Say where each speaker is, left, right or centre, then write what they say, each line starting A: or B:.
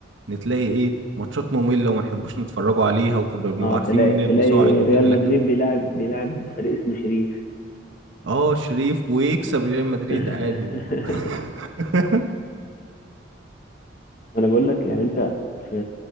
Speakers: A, on the right; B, on the left.
A: نتلاقي ايه ماتشات ممله وما نحبوش نتفرجوا عليها وكنا بنبقى
B: اه
A: عارفين
B: تلاقي
A: مين اللي
B: تلاقي
A: صاعد وكده
B: ريال
A: لكن
B: مدريد بيلعب بيلعب فريق اسمه شريف
A: اه شريف ويكسب ريال مدريد
B: <laughs>
A: عادي و... <laughs>
B: ما انا بقول لك يعني انت في